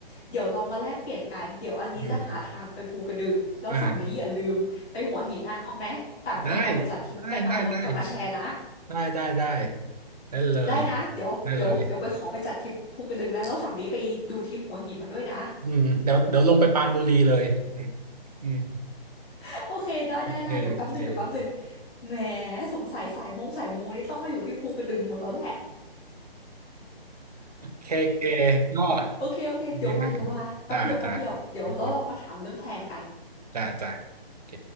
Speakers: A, in the centre; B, on the right.
A: เดี๋ยวเรามาแลกเปลี่ยนกัน เดี๋ยวอันนี้จะหาทางไปภูกระดึงแล้วฝั่งนี้อย่าลืมไปหัวหินนะเอาไหมต่างคนต่างไปจัดทริปกันมาแล้วกลับมาแชร์นะ
B: อืมอ่าได้ได้ได้ได้ได้ได้ได้ได้เลย
A: ได้นะเดี๋ยวเดี๋ยวเดี๋ยวไปขอไปจัดทริปภูกระดึงแล้วแล้วฝั่งนี้ไปดูทริปหัวหินมาด้วยนะ
B: ได้เลยอืมเดี๋ยวเดี๋ยวลงไปปรานบุรีเลยอืม
A: <laughs> โอเคได้ได้ได้เดี๋ยวแป๊บหนึ่งเดี๋ยวแป๊บหนึ่ง
B: โอเคโอเค
A: แหมสงสัยสายมงสายมูนี่ต้องมาอยู่ที่ภูกระดึงหมดแล้วแหละ
B: เคเคก็
A: โอเคโอเค เดี๋ยวมา
B: ดีมาก
A: เดี๋ยวมาแป๊บเดียวแป๊บเดียวเดี๋ยวเราลองมาถามเรื่องแพลนกัน
B: จ้าจ้าจ้าอืมอืมจ้าจ้าโอเค